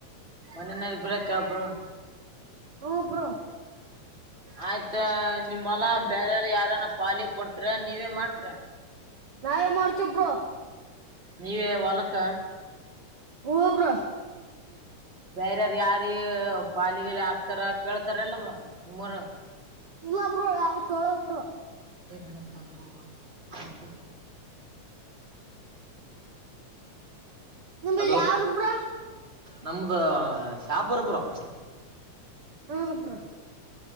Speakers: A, on the right; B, on the right.
A: ಮಣ್ಣನ ಬ್ರಕ್ ಅಪರ
B: ಹಬ್ರು
A: ಆಯ್ತಾ ನಿಮ್ಮಲ್ಲ ಬೇರಾರ ಯಾರನ ಪಾಲಿ ಕೊಡ್ತರ ನೀವೇ ಮಾಡ್ತ್ರ
B: ನಾವೆ ಮರ್ತು ಬ್ರೋ
A: ನೀವೇ ವಾಲಕ್ಕ
B: ಹಬ್ರ
A: ಬೇರಾರ ಯಾರ ಪಾಲಿಗೆಲಿ ಹಾಕ್ತಾರ ಕೇಳ್ತಾರಲ್ಲ ಅವರು ನಿಮ್ಮರು
B: ಇಲ್ಲ ಬ್ರರು ಯ ತೊಳದರು
A: ಏನಮ್ಮಪ್ಪಂತೂರು ಮ
B: ನಿದ
A: ಹಲೋ
B: ಯಾವಾರೊಬ್ರ
A: ನಮ್ದ ಶಾಪರಪುರಂ ಬ್ರೋ
B: ಹಾ ಹಬ್ಬ್ರ